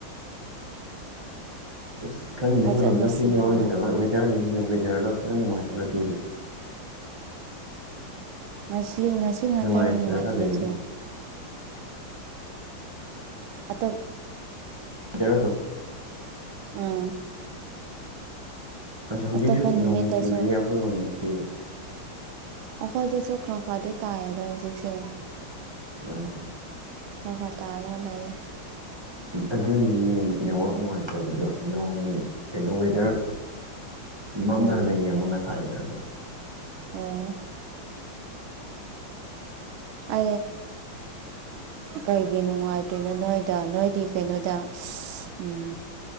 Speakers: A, on the right; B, on the right.
A: ꯑꯁ ꯈꯪꯉꯤꯗꯔꯣ
B: ꯐꯖꯅ
A: ꯅ ꯁꯤꯋ
B: ꯁꯦꯡꯅ
A: ꯔꯗ ꯁ ꯅꯨꯡꯉꯥꯏꯇꯂ ꯊ
B: ꯉꯁꯤ ꯉꯁꯤ ꯉꯥꯛꯇꯔꯣ
A: ꯅꯨꯡꯉꯥꯏꯇ꯭ꯔꯒ
B: ꯅꯨꯡꯉꯥꯏꯇ꯭ꯔꯦꯁꯨ
A: ꯂꯩ
B: ꯑꯇꯣ
A: ꯗꯔ ꯑꯗꯨ
B: ꯎꯝ
A: ꯑꯗꯨꯒꯤ ꯍꯧꯖꯤꯛꯁꯨ
B: ꯑꯇꯣꯞꯄ ꯅꯨꯃꯤꯠꯇꯁꯨ
A: ꯅꯣꯡ ꯆꯨꯔꯤꯌꯦ ꯑꯩꯈꯣꯏꯔꯣꯝꯗꯗꯤ
B: ꯑꯩꯈꯣꯏꯗꯁꯨ ꯈꯔ ꯈꯔꯗꯤ ꯇꯥꯏꯌꯦꯗ ꯍꯧꯖꯤꯛꯁꯦ
A: ꯎꯝ
B: ꯍ ꯍ ꯇꯔꯣ ꯂꯩꯌꯦ
A: ꯑꯗꯨꯅꯅꯦ ꯅꯦꯠꯋꯥꯛ ꯅꯨꯡꯉꯥꯏꯇꯕꯗꯣ ꯀꯩꯅ ꯋꯦꯗꯔ ꯃꯝꯅ
B: ꯎꯝ
A: ꯂꯩꯌꯦꯕꯨ ꯉꯁꯥꯏꯅꯗ
B: ꯑꯣ
A: <inaudible>
B: ꯑ ꯀꯩꯒꯤ ꯅꯨꯡꯉꯥꯏꯇꯣꯏꯅꯣ ꯅꯣꯏꯗ ꯅꯣꯏꯗꯤ ꯀꯩꯅꯣꯗ ꯎꯝ